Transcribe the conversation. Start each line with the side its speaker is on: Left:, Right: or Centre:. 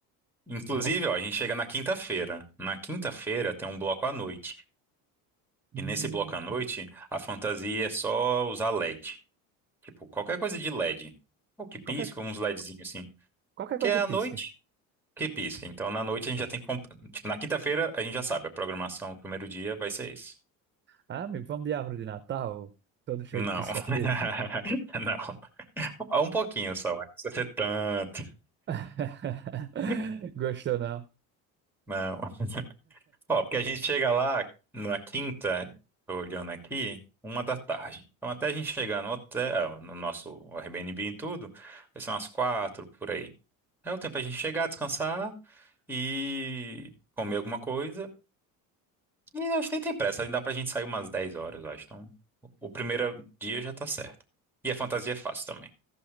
Centre: Inclusive,
Right: Vamos.
Centre: ó, a gente chega na quinta-feira. Na quinta-feira tem um bloco à noite.
Right: Hum,
Centre: E nesse bloco à noite, a fantasia é só usar LED. Tipo, qualquer coisa de LED. Ou que pisca,
Right: Qualquer,
Centre: uns LEDzinhos assim.
Right: qualquer coisa
Centre: Que é
Right: que pisque.
Centre: à noite que pisca. Então, na noite a gente já tem que comp... Tipo, na quinta-feira a gente já sabe, a programação, o primeiro dia vai ser esse.
Right: Ah, amigo, vamos de árvore de Natal, todo cheio
Centre: Não.
Right: de pisca-pisca.
Centre: <laughs> Não. Ah, Um pouquinho só, mas não precisa ser tanto.
Right: <laughs>
Centre: <laughs>
Right: Gostou, não?
Centre: Não. Ó, porque a gente chega lá na quinta, tô olhando aqui, uma da tarde. Então até a gente chegar no hotel, no nosso Airbnb e tudo, vai ser umas quatro por aí. É o tempo a gente chegar, descansar e comer alguma coisa. E eu acho que nem tem pressa, dá pra gente sair umas 10 horas, eu acho. Então o o primeiro dia já tá certo. E a fantasia é fácil também.